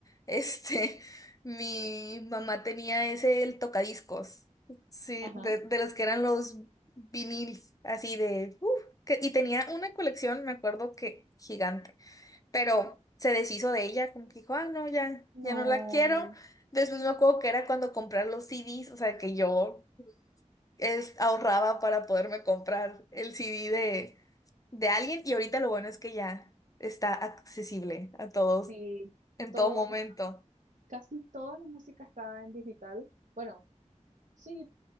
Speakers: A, on the left (about 25°); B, on the right (about 85°).
A: este, <laughs> mi mamá tenía ese el tocadiscos, sí,
B: Ajá.
A: de, de los que eran los viniles, así de, uf, que- y tenía una colección, me acuerdo que gigante, pero se deshizo de ella, como que dijo, ah, no, ya, ya
B: No,
A: no la quiero. Después me acuerdo que era cuando comprar los CDs, o sea, que yo es, ahorraba para poderme comprar el CD de alguien y ahorita lo bueno es que ya está accesible a todos
B: sí,
A: en
B: todo,
A: todo momento.
B: casi toda la música está en digital. Bueno, sí,